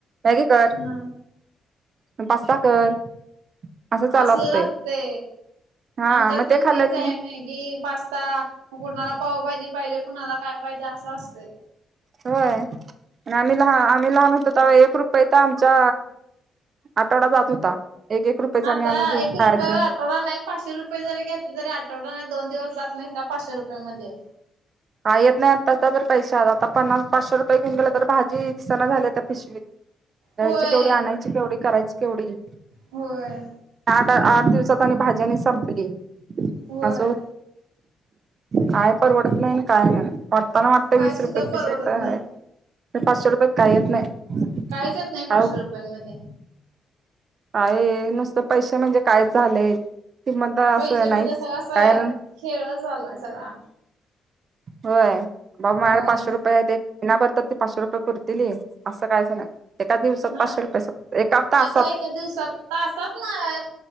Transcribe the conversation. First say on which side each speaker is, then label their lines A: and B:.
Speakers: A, on the right; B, on the right.
A: मॅगी कर
B: हा.
A: पास्ता कर. असं चालू
B: असल
A: असतंय
B: लागते
A: हा
B: आमच्यात
A: मग
B: पण
A: ते खाल्लं
B: तेच आहे
A: कि मग
B: मॅग की पास्ता कुणाला पावभाजी पाहिजे कुणाला काय पाहिजे असं असते.
A: होय आणि आम्ही लहा. आम्ही लहान होतो तर एक रुपये तर आमचा आठवडा जात होता. एक एक रुपयाचं
B: आता
A: आम्ही आणून घेऊन
B: एक
A: खायच.
B: रुपये आठवडा नाही पाचशे रुपये जरी घेतले तरी आठवडा नाही दोन दिवस जात नाही त्या पाचशे रुपये मध्ये.
A: का येत नाही आता त्या तर पैश आता पन्नास पाचशे रुपये घऊन गले तर भाजी दिसना झाल्या त्या पिश घ्यायची
B: होय
A: केवढी आणायची केवढी करायची केवढी?
B: होय
A: आठ आठ दिवसात आणि भाज्यांनी संपली
B: होय
A: अस होत. काय परवडत नाही काय नाही वाटताना वाटत
B: काय
A: वीस
B: सुद्धा
A: रुपये
B: परवडत
A: तीस रुपये आहे.
B: नाही.
A: पाचशे रुपयात काही येत नाही.
B: काहीच येत नाही पाचशे
A: काय
B: रुपया मध्ये.
A: काय नुसतं पैसे म्हणजे कायच झालाय कि मत असं
B: पैसे म्हणजे
A: नाहीच
B: सगळा असा
A: कारण.
B: खेळच झालाय सगळा.
A: होय बघ माझ्याकडे
B: होय
A: पाचशे रुपये एक पहिना भरतात ती पाचशे रुपये पुरतील असं कायच एका दिवसात
B: नाही
A: पाचशे रुपये एका तासात.
B: आता एका दिवसात. तासातन